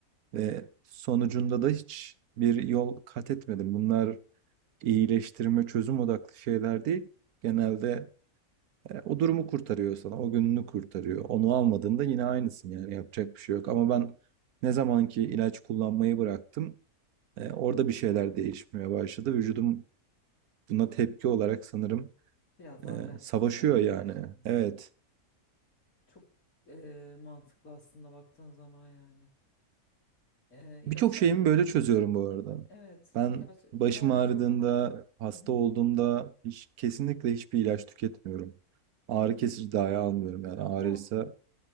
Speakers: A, on the right; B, on the left.
A: ve sonucunda da hiç bir yol kat etmedim. Bunlar iyileştirme, çözüm odaklı şeyler değil. Genelde e, o durumu kurtarıyor sana, o gününü kurtarıyor. Onu almadığında yine aynısın yani yapacak bir şey yok. Ama ben ne zamanki ilaç kullanmayı bıraktım, e, orada bir şeyler değişmeye başladı. Vücudum buna tepki olarak sanırım
B: biraz daha
A: e,
B: direnç
A: savaşıyor
B: göstermeye
A: yani.
B: başladım.
A: Evet.
B: Hı. Çok e, mantıklı aslında baktığın zaman yani E, ilaçlar
A: Birçok şeyimi
B: şu
A: böyle çözüyorum bu arada.
B: evet
A: Ben
B: ilaçlar
A: başım ağrıdığında,
B: birçok alanda.
A: hasta
B: Hı hı.
A: olduğumda hiç, kesinlikle hiçbir ilaç tüketmiyorum. Ağrı kesici dahi almıyorum yani ağrıysa.
B: Ya